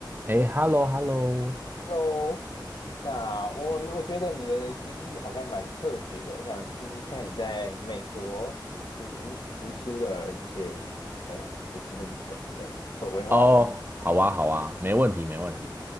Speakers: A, on the right; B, on the left.
A: 哎，hello，hello，
B: Hello，那我我觉得你的经历好像蛮特别的，我想听听看你在美国读读书的一些的心路历程之类的，或文化冲击。
A: 哦，好啊，好啊，没问题，没问题。